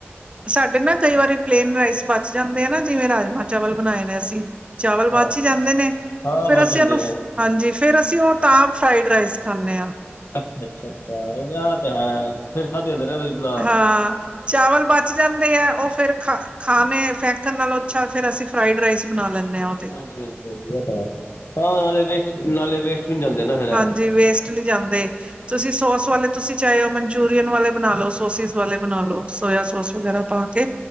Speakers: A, on the right; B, on the left.
A: ਸਾਡੇ ਨਾ ਕਈ ਵਾਰੀ ਪਲੇਨ ਰਾਈਸ ਬਚ ਜਾਂਦੇ ਆ ਨਾ, ਜਿਵੇਂ ਰਾਜਮਾਂ ਚਾਵਲ ਬਨਾਏ ਨੇ ਅਸੀਂ ਚਾਵਲ ਬਾਚ
B: ਹਾਂ
A: ਜਾਂਦੇ ਨੇ,
B: ਹਾਂ
A: ਫਿਰ
B: ਬਚ
A: ਅਸੀਂ
B: ਜਾਂਦੇ
A: ੳਹਨੂੰ
B: ਨੇ
A: ਹਾਂਜੀ, ਫੇਰ ਅਸੀਂ ਉਹ ਤਾਂ ਫਰਾਈਡ ਰਾਈਸ ਖਾਂਨੇ ਆ
B: ਅੱਛਾ, ਅੱਛ, ਅੱਛਾ, ਆ ਤੇ ਹੈ, ਫਿਰ ਖਾਦੇ ਜਾਂਦੇ ਨਾ
A: ਹਾਂ
B: <unintelligible>
A: ਚਾਵਲ ਬਚ ਜਾਂਦੇ ਐ, ਉਹ ਫੇਰ ਖਾ ਖਾਨੇ ਫੈਕਨ ਨਾਲੋਂ ਅੱਛਾ, ਫੇਰ ਅਸੀਂ ਫਰਾਈਡ ਰਾਈਸ ਬਣਾ ਲੈਂਨੇ ਆ
B: ਹਾਂਜੀ ਹਾਂਜੀ ਹਾਂਜੀ, ਇਹ ਤਾਂ ਹੇ, ਹਾਂ ਨਾਲੇ ਵੇਸਟ ਨਾਲੇ ਵੇਸਟ ਵੀ ਨੀ ਜਾਂਦੇ ਨਾ ਫਿਰ
A: ਹਾਂਜੀ
B: ਐ
A: ਵੇਸਟ ਨੀ ਜਾਂਦੇ ਤੁਸੀਂ ਸੋਸ ਵਾਲੇ ਤੁਸੀਂ ਚਾਹੇ ੳ ਮਨਚੂਰੀਅਨ ਵਾਲੇ ਬਨਾ ਲੋ, ਸੋਸਿਸ ਵਾਲੇ ਬਨਾ ਲੋ, ਸੋਇਆ ਸੋਸ ਵਗੈਰਾ ਪਾ ਕੇ